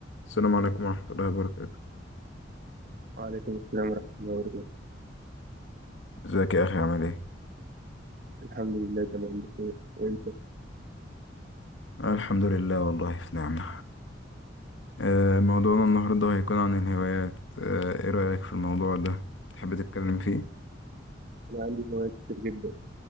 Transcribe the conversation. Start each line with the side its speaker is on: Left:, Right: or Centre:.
Left: السلام عليكم ورحمة الله وبركاته
Right: وعليكم السلام ورحمة الله وبركاته
Left: ازيك يا اخي عامل ايه
Right: الحمد لله تمام بخير وانت
Left: آه الحمد لله والله في نعمة آه، موضوعنا النهاردة هيكون عن الهوايات آه، ايه رأيك في الموضوع ده تحب تتكلم فيه
Right: انا عندي هوايات كتير جدا